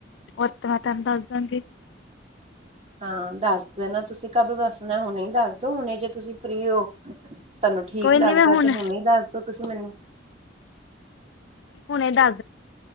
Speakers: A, on the left (about 75°); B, on the right (about 35°).
A: ਉਤ ਥਾ ਤਾਨੂ ਦੱਸ ਦਾਂਗੀ।
B: ਹਾਂ ਦੱਸ ਦੇ ਨਾ ਤੁਸੀਂ ਕਦੋਂ ਦੱਸਣਾ ਹੁਣੇ ਦੱਸਦੋ ਹੁਣੇ ਜੇ ਤੁਸੀਂ ਫਰੀ ਹੋ? ਤਾਨੂੰ ਠੀਕ
A: ਕੋਈ
B: ਲੱਗਦਾ
A: ਨੀ ਮੈਂ ਹੁਣ
B: ਤੇ ਹੁਣੇ ਦੱਸਦੋ ਤੁਸੀਂ ਮੈਨੂੰ।
A: ਹੁਣੇ ਦਾ